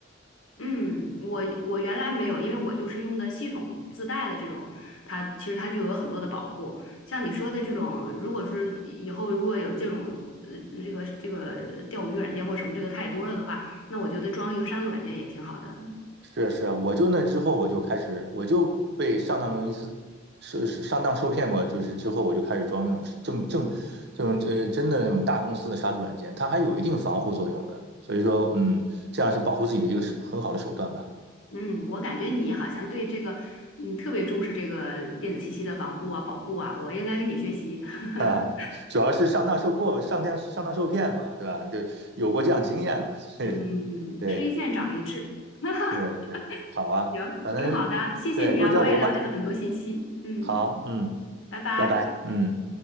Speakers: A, on the left; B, on the right.
A: 嗯，我我原来没有，因为我就是用的系统自带的这种，它其实它就有很多的保护。像你说的这种，如果是以后如果有这种呃这个这个钓鱼软件或什么这个太多了的话，那我觉得装一个杀毒软件也挺好的。
B: 是是啊，我就那之后我就开始，我就被上当一次，是是上当受骗过，就是之后我就开始装那种正正这种这真的那种大公司的杀毒软件，它还有一定防护作用的，所以说嗯，这样是保护自己的一个手很好的手段吧。
A: 嗯，我感觉你好像对这个嗯特别重视这个电子信息的防护啊、保护啊，我应该跟你学习。
B: <laughs>
A: <laughs>
B: 啊，主要是上当受过上当上当受骗嘛，对吧？就有过这样经验了，<laughs> 对
A: 嗯，
B: 对
A: 吃一堑长一智，<laughs>
B: 是对，好啊，
A: 行，
B: 反正对多交流吧。
A: 挺好的，谢谢你啊，我也了解了很多信息。嗯，
B: 好，嗯，
A: 拜拜。
B: 拜拜，嗯。